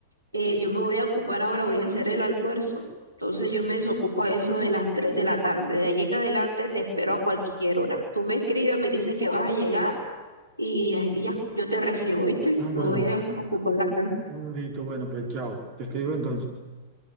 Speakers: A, on the right; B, on the right.
A: eh, yo me voy a ocupar ahora, voy a hacer el almuerzo. Entonces, yo me desocupo a eso de las 3 de la tarde. De ahí en adelante te espero a cualquier hora. Tú me escribes, me dices que vas a llegar y, y ya, yo te recibo, ¿viste?
B: Ah,
A: Me
B: bueno,
A: voy a ocupar acá.
B: un listo, bueno, pues chao, te escribo entonces.